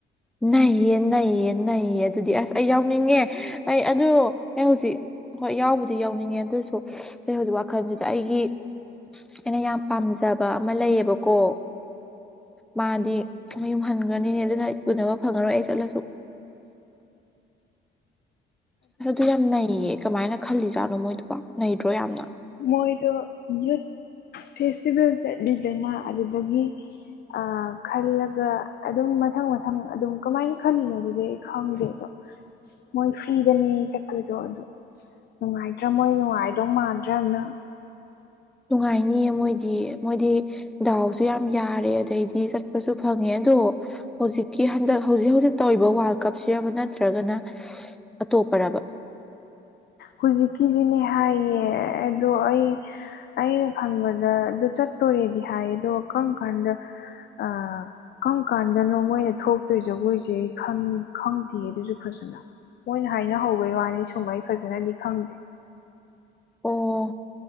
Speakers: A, in the centre; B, on the left.
A: ꯅꯩꯌꯦ ꯅꯩꯌꯦ ꯅꯩꯌꯦ ꯑꯗꯨꯗꯤ ꯑꯁ ꯑꯩ ꯌꯥꯎꯅꯤꯡꯉꯦ ꯑꯩ ꯑꯗꯨ ꯑꯦ ꯍꯧꯖꯤꯛ ꯍꯣꯏ ꯌꯥꯎꯕꯨꯗꯤ ꯌꯥꯎꯅꯤꯡꯉꯦ ꯑꯗꯨꯑꯣꯁꯨ ꯑ ꯍꯧꯖꯤꯛ ꯋꯥꯈꯜꯁꯤꯗ ꯑꯩꯒꯤ ꯑꯩꯅ ꯌꯥꯝ ꯄꯥꯝꯖꯕ ꯑꯃ ꯂꯩꯌꯦꯕꯀꯣ ꯃꯥꯗꯤ ꯃꯌꯨꯝ ꯍꯟꯈ꯭ꯔꯅꯤꯅꯦ ꯑꯗꯨꯅ ꯎꯅꯕ ꯐꯪꯉꯔꯣꯏ ꯑꯩ ꯆꯠꯂꯁꯨ ꯑꯁ ꯑꯗꯨ ꯌꯥꯝ ꯅꯩꯌꯦ ꯀꯃꯥꯏꯅ ꯈꯜꯂꯤꯖꯥꯠꯅꯣ ꯃꯣꯏꯗꯨꯀꯣ ꯅꯩꯗ꯭ꯔꯣ ꯌꯥꯝꯅ
B: ꯃꯣꯏꯗꯣ ꯌꯨꯠ ꯐꯦꯁꯇꯤꯚꯦꯜ ꯆꯠꯂꯤꯗꯅ ꯑꯗꯨꯗꯒꯤ ꯑ ꯈꯜꯂꯒ ꯑꯗꯨꯝ ꯃꯊꯪ ꯃꯊꯪ ꯑꯗꯨꯝ ꯀꯃꯥꯏꯅ ꯈꯜꯂꯤꯅꯣ ꯈꯪꯗꯦ ꯑꯗꯣ ꯃꯣꯏ ꯐ꯭ꯔꯤꯗꯅꯦ ꯆꯠꯇꯣꯏꯗꯣ ꯑ ꯅꯨꯡꯉꯥꯏꯗ꯭ꯔꯥ ꯃꯣꯏ ꯍꯣꯏ ꯅꯨꯡꯉꯥꯏꯗꯧ ꯃꯥꯟꯗ꯭ꯔꯅ
A: ꯅꯨꯡꯉꯥꯏꯅꯤꯌꯦ ꯃꯣꯏꯗꯤ ꯃꯣꯏꯗꯤ ꯗꯥꯎꯁꯨ ꯌꯥꯝ ꯌꯥꯔꯦ ꯑꯗꯩꯗꯤ ꯆꯠꯄꯁꯨ ꯐꯪꯉꯦ ꯑꯗꯣ ꯍꯧꯖꯤꯛꯀꯤ ꯍꯟꯗꯛ ꯍꯧꯖꯤꯛ ꯍꯧꯖꯤꯛ ꯇꯧꯔꯤꯕ ꯋꯥꯔꯜ ꯀꯞ ꯁꯤꯔꯕ ꯅꯠꯇ꯭ꯔꯒꯅ ꯑꯇꯣꯞꯄꯔꯕ
B: ꯍꯧꯖꯤꯛꯀꯤꯁꯤꯅꯦ ꯍꯥꯏꯌꯦ ꯑꯗꯣ ꯑꯩ ꯑꯩꯅ ꯈꯪꯕꯗ ꯑꯗꯨ ꯆꯠꯇꯣꯔꯦꯗꯤ ꯍꯥꯏ ꯑꯗꯣ ꯀꯔꯝ ꯀꯥꯟꯗ ꯑ ꯀꯝ ꯀꯥꯟꯗꯅꯣ ꯃꯣꯏꯅ ꯊꯣꯛꯇꯣꯏ ꯖꯒꯣꯏꯁꯦ ꯑꯩ ꯈꯪꯗꯦ ꯑꯗꯨꯁꯨ ꯐꯖ ꯃꯣꯏꯅ ꯍꯥꯏꯅ ꯍꯧꯕꯩ ꯋꯥꯅꯤ ꯁꯨꯝꯍꯩ ꯐꯖꯅꯗꯤ ꯈꯪꯗꯦ
A: ꯑꯣ